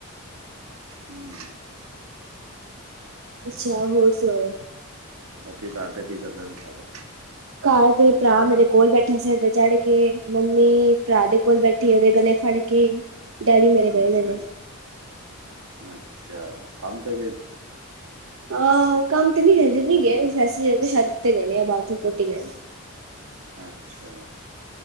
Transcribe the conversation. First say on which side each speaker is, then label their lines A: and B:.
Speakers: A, on the right; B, on the right.
A: ਹਮ।
B: ਅੱਛਾ ਹੋਰ ਸੁਣਾਓ।
A: ਬਾਕੀ ਘਰਦੇ ਕੀ ਕਰਦੇ ਨੇ ਸਾਰੇ?
B: ਘਰ ਦੇ ਭਰਾ ਮੇਰੇ ਕੋਲ ਬੈਠੇ ਸਿਰ ਤੇ ਚੜ ਕੇ ਮੰਮੀ ਭਰਾ ਦੇ ਕੋਲ ਬੈਠੀ ਉਹਦੇ ਗਲੇ ਫੜ ਕੇ। ਡੈਡੀ ਮੇਰੇ ਗਏ
A: ਅੱਛਾ
B: ਦੇ ਨੇ
A: ਜੀ ਅੱਛਾ ਕੰਮ ਤੇ ਗਏ।
B: ਹਾਂ ਕੰਮ ਤਾਂ ਨਹੀਂ ਹਜੇ ਨਹੀਂ ਗਏ। ਵੈਸੇ ਛੱਤ ਤੇ ਗਏ ਨੇ ਆ ਬਾਥਰੂਮ ਪੋਟੀ ਗਏ ਨੇ।
A: ਅੱਛਾ।